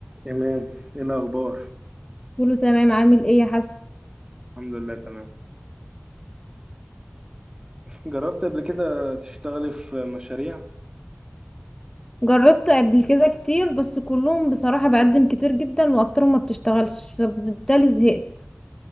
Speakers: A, on the right (about 20°); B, on the left (about 15°).
A: إيمان إيه الأخبار؟
B: كله تمام عامل ايه يا حسن
A: الحمد لله تمام جربت قبل كده تشتغلي في مشاريع؟
B: جربت قبل كده كتير بس كلهم بصراحة بقدم كتير جدا واكترهم ما بتشتغلش فبالتالي زهقت